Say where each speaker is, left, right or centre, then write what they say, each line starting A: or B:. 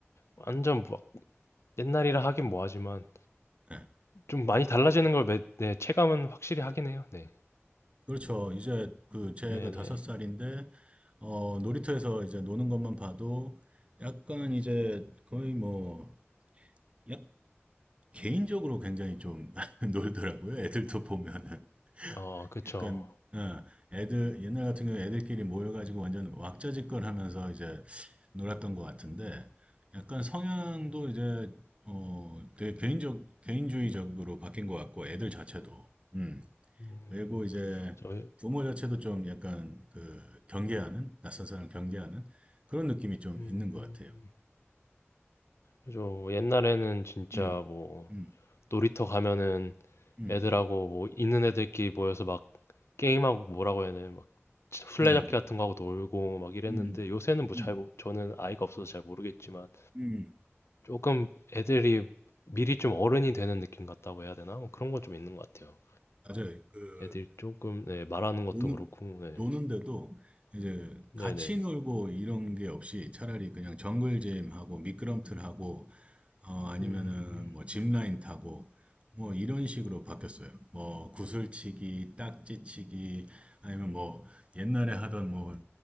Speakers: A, on the left (about 70°); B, on the right (about 25°).
A: 완전 막 옛날이라 하긴 뭐하지만,
B: 네.
A: 좀 많이 달라지는 걸 매, 네, 체감은 확실히 하긴 해요. 네.
B: 그렇죠. 이제 그, 제가
A: 네네.
B: 다섯 살인데, 어, 놀이터에서 이제 노는 것만 봐도, 약간 이제 거의 뭐, 약, 개인적으로 굉장히 좀 <laughs> 놀더라고요. 애들도 보면은.
A: 어, 그쵸.
B: 약간 어, 애들 옛날 같은 경우 애들끼리 모여가지고 완전 왁자지껄 하면서 이제 놀았던 것 같은데 약간 성향도 이제 어 되게 개인적 개인주의적으로 바뀐 것 같고 애들 자체도 음
A: 음,
B: 그리고 이제
A: 저,
B: 부모 자체도 좀 약간 그 경계하는 낯선 사람 경계하는 그런 느낌이 좀
A: 음,
B: 있는 것 같아요.
A: 그죠. 옛날에는 진짜
B: 음,
A: 뭐,
B: 음,
A: 놀이터 가면은
B: 음,
A: 애들하고 뭐 있는 애들끼리 모여서 막 게임하고 뭐라고 해야 되나 막 술래잡기
B: 네, 그,
A: 같은 거 하고 놀고 막 이랬는데
B: 음,
A: 요새는 뭐 잘
B: 음,
A: 저는 아이가 없어서 잘 모르겠지만
B: 음,
A: 조금 애들이 미리 좀 어른이 되는 느낌 같다고 해야 되나? 뭐 그런 건 좀 있는 것 같아요.
B: 맞아요. 그
A: 애들 조금 네, 말하는 것도
B: 노는,
A: 그렇고 네.
B: 노는데도 이제
A: 네네.
B: 같이 놀고 이런 게 없이 차라리 그냥 정글잼하고 미끄럼틀하고 어, 아니면은
A: 음.
B: 뭐 짚라인 타고 뭐 이런 식으로 바뀌었어요. 뭐 구슬치기, 딱지치기 아니면 뭐 옛날에 하던 뭐